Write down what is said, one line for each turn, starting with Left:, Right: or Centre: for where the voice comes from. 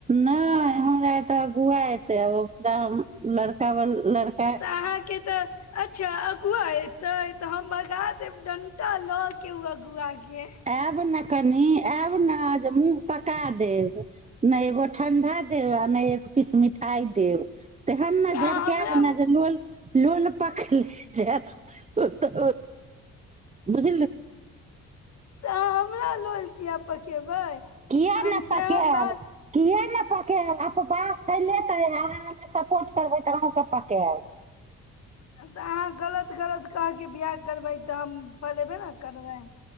Right: नहि हमरा तऽ गुआ एतै आ त लड़का ब लड़का
Left: तऽ अहाँके तऽ अच्छा अगुआ एते ते हम बगा देब डंटा ल के उ अगुआ के
Right: ए ब न कनी ए ब न जमू पका देब नहि एगो ठण्डा देब आ नहि एक पीस मिठाइ देब तेहन
Left: तऽ
Right: ने
Left: अहाँ
Right: झरकायब
Left: हमरा
Right: ने जे लो लोल पकले जे त बस
Left: तऽ अहाँ हमरा लल कििया पकेबै
Right: किए
Left: हम
Right: नेतााक
Left: जेहन बात
Right: किए ने पकायब आ ब फैले त अहाँ सपोर्ट करबै तऽ अूँके पकायब
Left: तऽ अहाँ गलत गलत कहके बियाह करबै तऽ हम फलेबे ने करबै